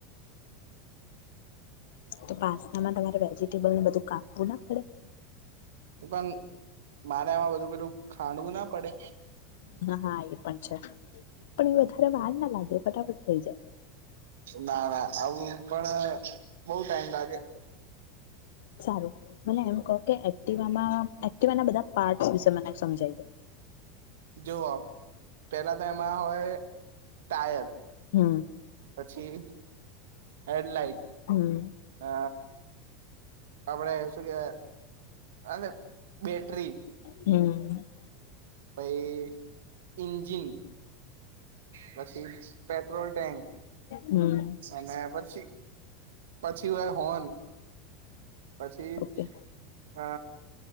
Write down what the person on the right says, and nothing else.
તો બાઈ. મારે આ બધું પ <inaudible> ખાંડવું ના પડે
ના ના. આવું પણ બઉ ટાઈમ લાગે.
જુઓ પેલા તો એમાં હોય ટાયર
પછી હેડલાઈટ
અ આપડે ગે અને બેટરી
પહી ઇન્જિન પછી પેટ્રોલ ટેન્ક
અને પછી પછી હો હોન પછી
અ